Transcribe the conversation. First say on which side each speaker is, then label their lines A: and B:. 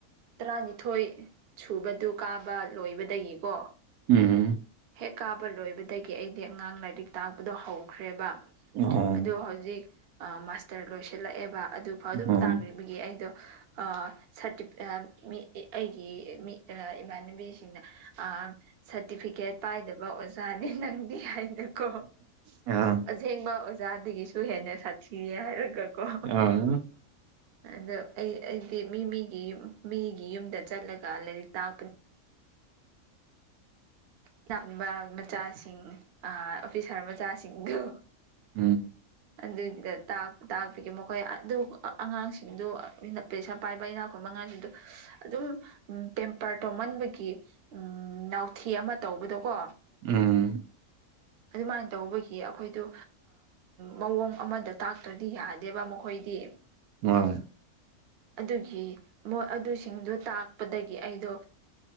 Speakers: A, on the right; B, on the right.
A: ꯇꯔꯥꯅꯤꯊꯣꯏ ꯁꯨꯕꯗꯨ ꯀꯥꯕ ꯂꯣꯏꯕꯗꯒꯤꯀꯣ
B: ꯎꯝ
A: ꯍꯦꯛ ꯀꯥꯕ ꯂꯣꯏꯕꯗꯒꯤ ꯑꯩꯗꯤ ꯑꯉꯥꯡ ꯂꯥꯏꯔꯤꯛ ꯇꯥꯛꯄꯗꯣ ꯍꯧꯈ꯭ꯔꯦꯕ
B: ꯑꯣ
A: ꯑꯗꯣ ꯍꯧꯖꯤꯛ ꯃꯥꯁꯇꯔ ꯂꯣꯏꯁꯤꯜ ꯂꯛꯑꯦꯕ ꯑꯗꯨ ꯑꯗꯨꯝ
B: ꯑꯣ
A: ꯇꯥꯒ꯭ꯔꯤꯕꯒꯤ ꯑꯩꯗꯣ ꯑ ꯁꯥꯔꯇꯤꯕ ꯑ ꯃꯤ ꯏ ꯑꯩꯒꯤ ꯃꯤ ꯑ ꯃꯥꯟꯅꯕꯤꯁꯤꯡꯅ ꯑ ꯁꯥꯔꯇꯤꯐꯤꯀꯦꯠ ꯄꯥꯏꯗꯕ ꯑꯣꯖꯥꯅꯦ ꯅꯪꯗꯤ ꯍꯥꯏꯅꯀꯣ
B: ꯑ
A: ꯁꯦꯡꯕ ꯑꯣꯖꯥꯗꯒꯤꯁꯨ ꯍꯦꯟꯅ ꯁꯥꯊꯤꯔꯦ ꯍꯥꯏꯔꯒꯀꯣ
B: ꯑ
A: ꯑꯗꯣ ꯑꯩ ꯑꯩꯗꯤ ꯃꯤ ꯃꯤꯒꯤ ꯃꯤꯒꯤ ꯌꯨꯝꯗ ꯆꯠꯂꯒ ꯂꯥꯏꯔꯤꯛ ꯇꯥꯛꯄꯅꯤ ꯏꯅꯥ ꯈꯨꯟꯕ ꯃꯆꯥꯁꯤꯡ ꯑꯣꯐꯤꯁꯥꯔ ꯃꯆꯥꯁꯤꯡꯗꯨ
B: ꯎꯝ
A: ꯑꯗꯨꯒꯤꯗ ꯇꯥꯛꯄꯒꯤ ꯃꯈꯣꯏ ꯑꯗꯨ ꯑꯉꯥꯡꯁꯤꯡꯗꯨ ꯄꯦꯁ ꯄꯥꯏꯕ ꯢꯅꯥꯛ ꯈꯨꯟꯕ ꯃꯉꯥꯡꯁꯤꯗꯨ ꯑꯗꯨꯝ ꯄꯦꯝꯄꯔ ꯇꯣꯝꯃꯟꯕꯒꯤ ꯅꯥꯎꯊꯤ ꯑꯃ ꯇꯧꯕꯗꯣꯀꯣ
B: ꯎꯝ
A: ꯑꯗꯨꯃꯥꯏꯅ ꯇꯧꯕꯒꯤ ꯑꯩꯈꯣꯏꯗꯣ ꯃꯑꯣꯡ ꯑꯃꯗ ꯇꯥꯛꯇ꯭ꯔꯗꯤ ꯌꯥꯗꯦꯕ ꯃꯈꯣꯏꯗꯤ
B: ꯍꯣꯏ
A: ꯑꯗꯨꯒꯤ ꯃꯣ ꯑꯗꯨꯁꯤꯡꯗꯣ ꯇꯥꯛ ꯄꯗꯒꯤ ꯑꯩꯗꯣ